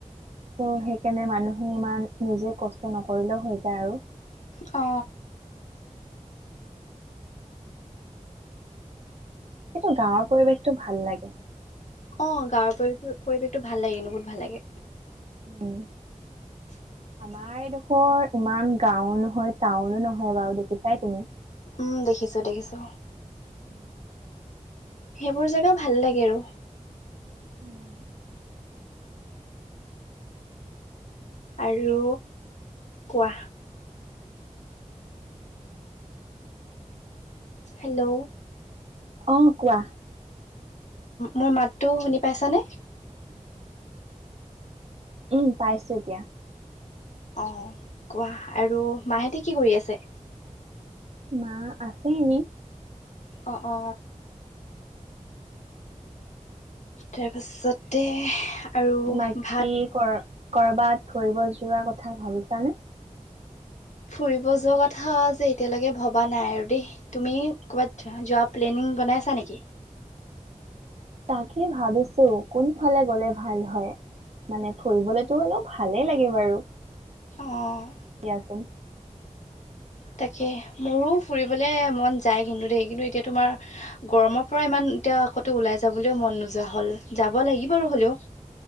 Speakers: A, on the right; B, on the left.
A: ত' সেইকাৰণে মানুহে ইমান নিজে কষ্ট নকৰিলেও হৈ যায় আৰু।
B: অ।
A: কিন্তু গাঁৱৰ পৰিৱেশটো ভাল লাগে।
B: অ গাঁৱৰ পৰি পৰিৱেশটো ভাল লাগেনো বহুত ভাল লাগে।
A: উম।
B: <inaudible>
A: আমাৰ এইডোখৰ ইমান গাও নহয় টাউনো নহয় বাৰু দেখিছাই তুমি?
B: উম দেখিছো দেখিছো।
A: <inaudible>
B: সেইবোৰ জেগা ভাল লাগে আৰু।
A: উম।
B: আৰু কোৱা? হেল্ল'!
A: অ কোৱা?
B: মোৰ মাতটো শুনি পাইছানে?
A: উম পাইছো এতিয়া।
B: আহ কোৱা আৰু মাহেঁতে কি কৰি আছে?
A: মা আছে এনে।
B: অ অ। তাৰপাছতে আৰু
A: বাকী
B: ভাত
A: কৰ- কৰবাত ফুৰিব যোৱা কথা ভাবিছানে?
B: ফুৰিব যোৱা কথা যে এতিয়ালৈকে ভবা নাই আৰু দেই, তুমি ক'বাত যোৱা প্লেনে উম বনাইছা নেকি?
A: তাকে ভাবিছো কোনফালে গলে ভাল হয়। মানে ফুৰিবলেতো অলপ ভালেই লাগে বাৰু।
B: অ
A: দিয়াচোন
B: তাকে মোৰো ফুৰিবলে মন যায় কিন্তু দেই কিন্তু এতিয়া তোমাৰ গৰমৰ পৰা ইমান এতিয়া কতো ওলাই যাবলৈও মন নোযোৱা হল, যাব লাগিব আৰু হ'লেও